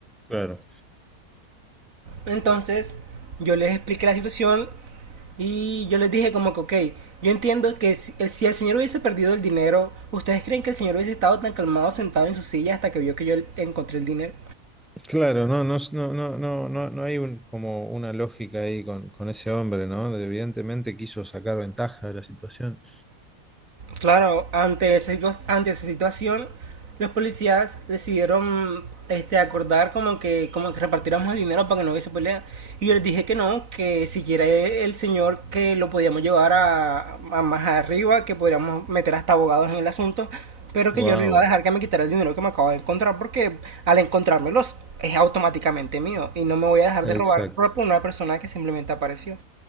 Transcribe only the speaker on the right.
Entonces, yo les expliqué la situación y yo les dije como que, ok, yo entiendo que si el, si el señor hubiese perdido el dinero, ¿ustedes creen que el señor hubiese estado tan calmado sentado en su silla hasta que vio que yo encontré el dinero?
Claro, ante esa, situa- ante esa situación, los policías decidieron este, acordar como que, como que repartiéramos el dinero para que no hubiese pelea. Y yo les dije que no, que siquiera e- el señor que lo podíamos llevar a, a más arriba, que podríamos meter hasta abogados en el asunto, pero
que yo no iba a dejar que me quitara el dinero que me acabo de encontrar, porque al encontrármelos es automáticamente mío y no me voy a dejar
de robar por una persona que simplemente apareció.